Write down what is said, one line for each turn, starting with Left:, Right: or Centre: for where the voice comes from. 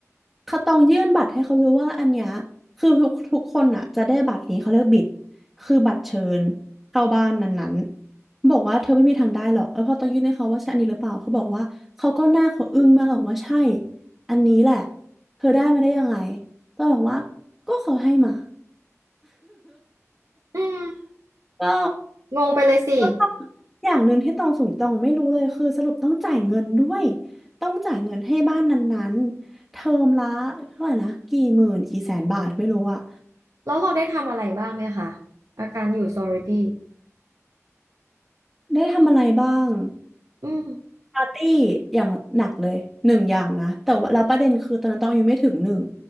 Centre: เขาต้องยื่นบัตรให้เขาดูว่าอันเนี้ยคือทุกทุกคนอ่ะจะได้บัตรนี้เขาเรียกบิดคือบัตรเชิญเข้าบ้านนั้นๆบอกว่าเธอไม่มีทางได้หรอกแล้วพอต้องยื่นให้เขาว่าใช่อันนี้หรือเปล่าเขาบอกว่าเขาก็หน้าเขาอึ้งมากบอกว่าใช่อันนี้แหละเธอได้มาได้ยังไงต้องบอกว่าก็เขาให้มา <laughs>
Right: อืม
Centre: ก็
Right: งงไปเลยสิ
Centre: แล้วอ็อย่างหนึ่งที่ตองสูงตองไม่รู้เลยคือสรุปต้องจ่ายเงินด้วยต้องจ่ายเงินให้บ้านนั้นๆเทอมละเท่าไหร่นะกี่หมื่นกี่แสนบาทไม่รู้อะ
Right: แล้วเราได้ทำอะไรบ้างไหมคะอาการอยู่ซอริตี้
Centre: ได้ทำอะไรบ้าง
Right: อืม
Centre: ปาร์ตี้อย่างหนักเลยหนึ่งอย่างนะแต่ว่าเราวประเด็นคือตอนนั้นตองอายุไม่ถึงหนึ่ง